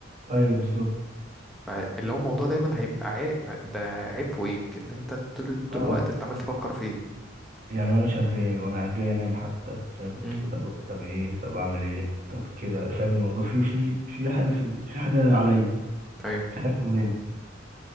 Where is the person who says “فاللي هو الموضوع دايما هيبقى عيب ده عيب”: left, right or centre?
Centre